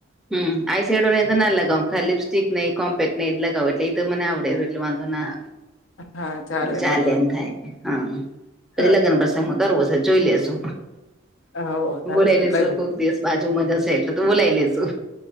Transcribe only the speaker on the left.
હા
બધું
તો
હો તારે
લગે